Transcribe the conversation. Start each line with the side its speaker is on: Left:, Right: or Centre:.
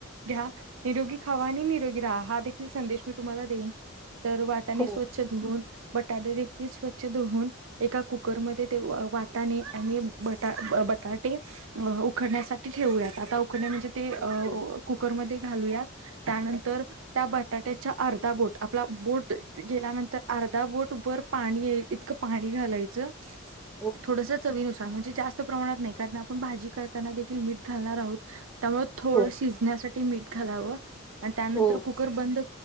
Right: घ्या निरोगी खावा आणि निरोगी राहा, हा देखील संदेश मी तुम्हाला देईन, तर वाटाने
Centre: हो
Right: स्व च्छ धुऊन बटाटे देखील स्वच्छ धुऊन एका कुकरमध्ये, ते वाटाणे आणि बटा बटाटे अ, उखडण्यासाठी ठेवूयात, आता उखडणं म्हणजे ते
Centre: ओके
Right: कुकरमध्ये घालूयात, त्यानंतर त्या बटाट्याच्या अर्धा बोट, आपला बोट, गेल्यानंतर अर्धा बोट वर पाणी येईल इतकं पाणी घालायचं
Centre: <inaudible>
Right: थोडस, चवीनुसार म्हणजे, जास्त प्रमाणात नाही कारण आपण भाजी करताना देखील मीठ घालणार आहोत त्यामुळं थोडं
Centre: हो
Right: शिजण्यासाठी मीठ घालावं आणि त्यानंतर
Centre: हो
Right: कु कर बंद